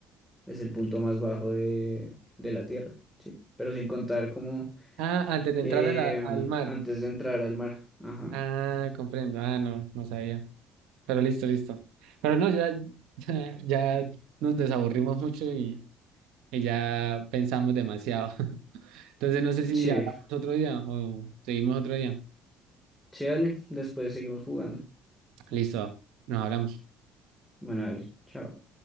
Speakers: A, in the centre; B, on the right.
A: Es el punto más bajo de, de la Tierra, sí. Pero sin contar como
B: Ah, antes de
A: em,
B: entrar a la- al mar.
A: antes de entrar al mar. Ajá.
B: Ah, comprendo. Ah, no, no sabía. Pero listo, listo. Pero no, ya, <laughs> ya, ya nos desaburrimos mucho y, y ya pensamos demasiado. <laughs> Entonces no sé si
A: Sí,
B: hablamos otro día o seguimos otro día.
A: sí, dale. Después seguimos jugando.
B: Listo, nos hablamos.
A: Bueno, dale. Chao.